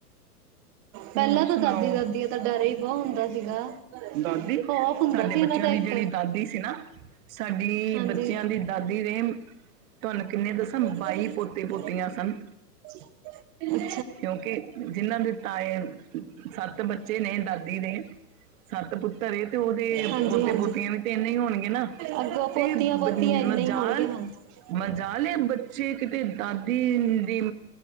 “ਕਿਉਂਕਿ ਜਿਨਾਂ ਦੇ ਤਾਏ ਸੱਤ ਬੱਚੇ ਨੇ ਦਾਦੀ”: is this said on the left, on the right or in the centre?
Right